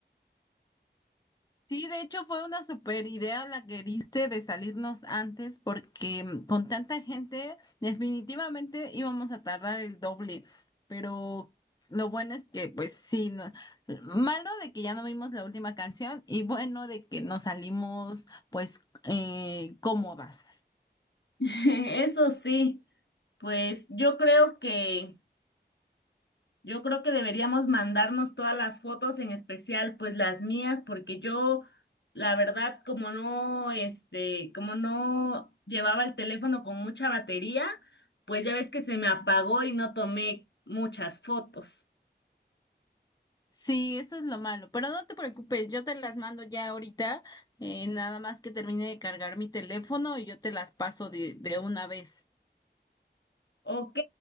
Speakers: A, on the left; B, on the left.
A: Sí, de hecho fue una super idea la que diste de salirnos antes porque mm, con tanta gente definitivamente íbamos a tardar el doble, pero lo bueno es que pues sí, no- malo de que ya no vimos la última canción y bueno de que nos salimos pues eh, cómodas.
B: <laughs> Eso sí, pues yo creo que... Yo creo que deberíamos mandarnos todas las fotos, en especial pues las mías, porque yo, la verdad, como no, este, como no llevaba el teléfono con mucha batería, pues ya ves que se me apagó y no tomé muchas fotos.
A: Sí, eso es lo malo, pero no te preocupes, yo te las mando ya ahorita, eh, nada más que termine de cargar mi teléfono y yo te las paso de, de una vez.
B: Ok,